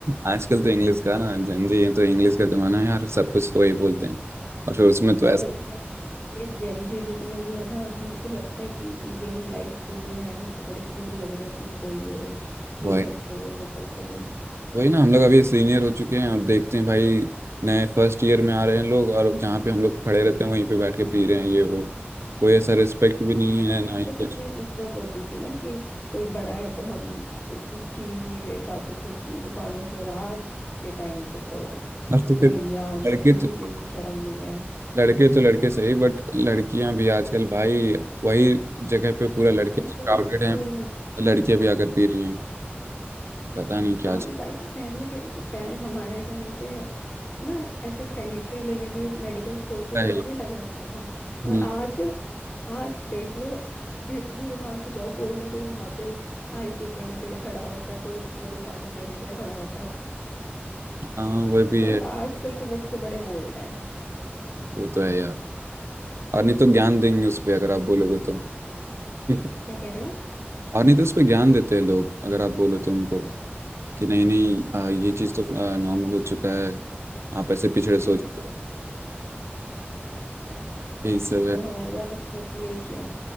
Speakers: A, on the right; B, on the left.
A: आजकल तो इंग्लिश का ना जंजी है तो इंग्लिश का जमाना है यार सब कुछ तो वही बोलते हैं और फिर उसमें तो
B: सब
A: ऐसा
B: इतने ये जेंजी जितने भी है ना इनको लगता है कि यही लाइफ कूल है हम तो बड़े कूल लग रहे हैं पीते हुए ये
A: वही
B: करते हुए वो करते हुए
A: वही ना हम लोग अभी सीनियर हो चुके हैं और देखते हैं भाई नए फर्स्ट ईयर में आ रहे हैं लोग और जहाँ पे हम लोग खड़े रहते हैं वहीं पे बैठ के पी रहे हैं ये वो कोई ऐसा रिस्पेक्ट भी नहीं है
B: टाइम
A: ना ही
B: पे
A: कुछ
B: कितनी इज्जत होती थी ना कि कोई बड़ा है तो हम कुछ चीज नहीं ले पाते थे दुकानों से और आज के टाइम पे तो
A: और तो फिर
B: भैया उनको
A: लड़के
B: किसी
A: तो
B: चीज की शर्म नहीं है
A: लड़के तो लड़के सही बट लड़कियां भी आजकल भाई वही जगह पे पूरा लड़के
B: वही
A: क्राउडेड
B: तो बोल
A: हैं
B: रही
A: और
B: हूँ
A: लड़कियां भी आकर पी रही हैं पता नहीं क्या
B: हाँ
A: चल
B: भाई पहले जो पहले हमारे टाइम पे ना ऐसे सैनिटरी लेने भी मेडिकल स्टोर पे
A: रहा
B: जाने
A: है
B: में डर लगता था
A: हम्म,
B: और आज आज देख लो जिस भी दुकान पे जाओ कोई ना कोई वहां पे आई पिल लेने के लिए खड़ा होता है कोई ना कोई कॉन्डम लेने के लिए खड़ा होता है
A: हाँ वो भी
B: तो
A: है
B: आजकल के बच्चे बड़े बोल्ड हैं
A: वो तो है यार और नहीं तो ज्ञान देंगे उस पे अगर आप बोलोगे तो <laughs>
B: क्या कह रहे हो
A: और नहीं तो उस पे ज्ञान देते हैं लोग अगर आप बोलो तो उनको कि नहीं नहीं आ, ये चीज़ तो नॉर्मल हो चुका है आप ऐसे पिछड़े सोचते
B: ऐसा कुछ
A: हो
B: हम्म,
A: यही सब
B: वो
A: है
B: हमारी बात अब सुनेंगे ही क्यों